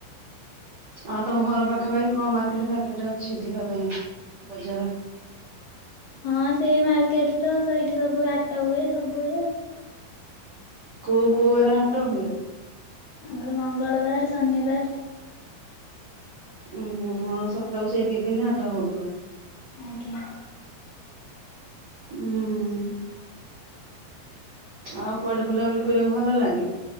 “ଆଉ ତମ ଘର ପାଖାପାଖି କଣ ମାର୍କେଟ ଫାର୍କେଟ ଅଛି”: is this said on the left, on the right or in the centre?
Right